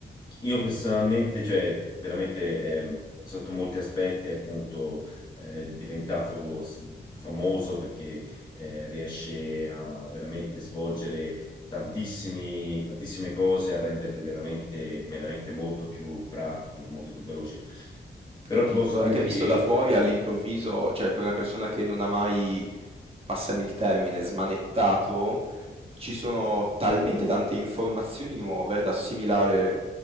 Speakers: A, on the left (about 25°); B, on the right (about 30°).
A: Io personalmente, cioè veramente eh, sotto molti aspetti è appunto eh, diventato s- famoso perché eh, riesce a veramente svolgere tantissimi- tantissime cose a renderle veramente, veramente molto più pratiche, molto più veloci. Però
B: Capito,
A: ti posso dire
B: è che visto
A: che
B: da fuori all'improvviso, cioè per una persona che non ha mai, passami il termine, smanettato, ci sono talmente tante informazioni nuove da assimilare